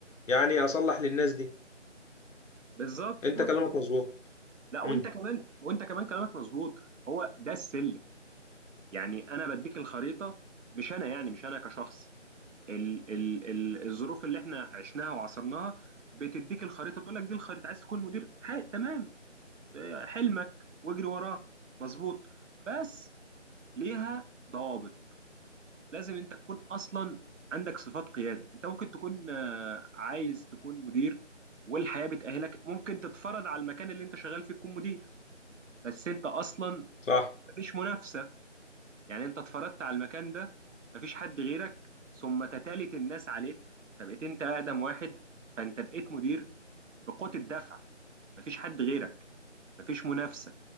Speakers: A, on the left (about 90°); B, on the right (about 80°).
A: يعني اصلح للناس دي
B: بالظبط
A: انت
B: مظبوط
A: كلامك مظبوط
B: لا وانت
A: امم
B: كمان وانت كمان كلامك مظبوط هو ده السلم يعني انا بديك الخريطه مش انا يعني مش انا كشخص ال ال ال الظروف اللي احنا عشناها وعصرناها بتديك الخريطه تقول لك دي الخريطه عايز تكون مدير ح- تمام اه، حلمك واجري وراه مظبوط بس ليها ضوابط لازم انت تكون اصلا عندك صفات قياده انت ممكن تكون آه، عايز تكون مدير والحياه بتاهلك ممكن تتفرض على المكان اللي انت شغال فيه تكون مدير بس انت اصلا
A: صح
B: مفيش منافسه يعني انت اتفرضت على المكان ده مفيش حد غيرك ثم تتالت الناس عليك فبقيت انت اقدم واحد فانت بقيت مدير بقوه الدفع مفيش حد غيرك مفيش منافسه